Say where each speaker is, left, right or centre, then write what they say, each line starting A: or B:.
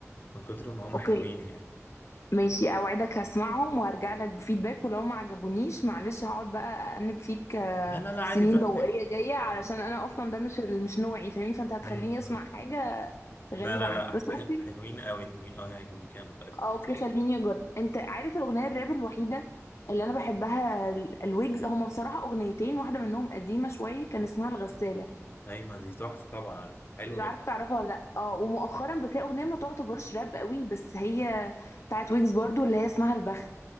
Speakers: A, on the left (about 40°); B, on the left (about 65°).
A: من كتر ما هم
B: اوكي
A: حلوين يعني
B: ماشي اوعدك هسمعهم وهرجع لك بفيدباك ولو ما عجبونيش معلش هقعد بقى أأنب فيك آه،
A: لا لا لا عادي
B: سنين
A: براحتك
B: ضوئية جاية علشان انا اصلا ده مش ال- مش نوعي فاهمني فانت هتخليني
A: امم
B: اسمع حاجة غريبة
A: لا لا
B: عني
A: لا
B: بس
A: حل...
B: اوكي
A: حلوين قوي حلوين قوي هيعجبوك أنا متأكد
B: آه، اوكي خليني اجرب انت عارف الاغنية الراب الوحيدة اللي انا بحبها ال- الويجز هما بصراحة اغنيتين واحدة منهم قديمة شوية كان اسمها الغسالة
A: أيمن دي تحفة طبعا عارف حلوة
B: مش عارفة
A: جدا
B: تعرفها ولا لا اه ومؤخرا بس هي اغنية ما تعتبرش راب قوي بس هي بتاعت ويجز برضو اللي هي اسمها البخت